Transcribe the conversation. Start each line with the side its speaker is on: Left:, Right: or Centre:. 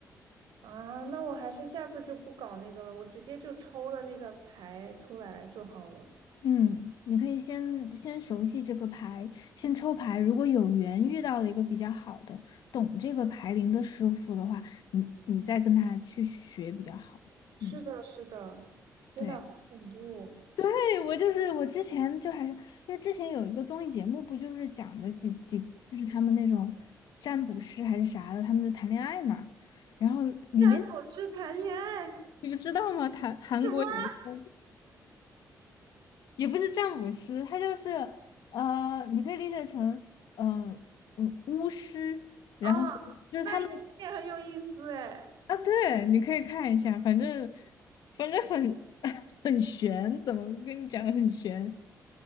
Right: 啊！那我还是下次就不搞那个了，我直接就抽了那个牌出来就好了。
Left: 嗯，你可以先先熟悉这个牌，先抽牌。如果有缘遇到了一个比较好的、懂这个牌灵的师傅的话，你你再跟他去学比较好。
Right: 是的，
Left: 嗯，
Right: 是的，天呐，
Left: 对，
Right: 好恐怖！
Left: 对，我就是我之前就还是因为之前有一个综艺节目，不就是讲的几几就是他们那种占卜师还是啥的，他们就谈恋爱嘛。然后里面
Right: 占卜师谈恋爱什
Left: 你不知道吗？谈韩国有一个。
Right: 么
Left: 也不是占卜师，他就是呃，你可以理解成嗯嗯呃巫师，然后就是他们
Right: 啊？那也那也很有意思哎。
Left: 啊，对，你可以看一下，反正反正很 <laughs> 很玄，怎么跟你讲很玄，